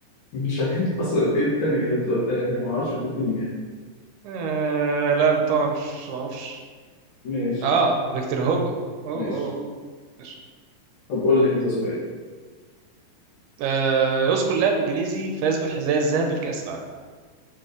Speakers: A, on the left; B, on the right.
A: مش عارف أصلا إيه التانية اللي أنت قلتها دي أنا معرفش الاتنين يعني
B: آه لا طبعا مش معرفش
A: ماشي
B: اه فيكتور هوجو اوه
A: ماشي
B: أوه، أوه.
A: طب قول لي أنت سؤال
B: آه، يذكر لاعب انجليزي فاز بالحذاء الذهبي لكأس العالم